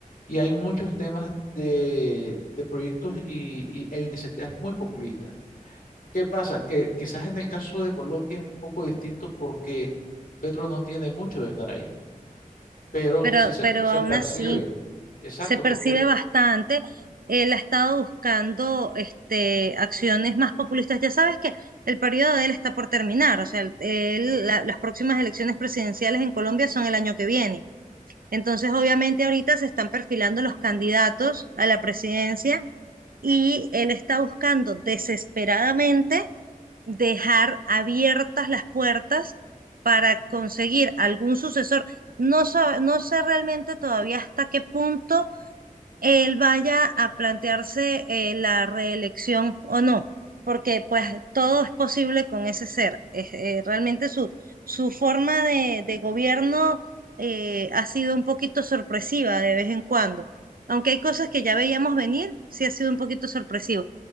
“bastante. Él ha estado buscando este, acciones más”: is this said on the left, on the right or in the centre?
Right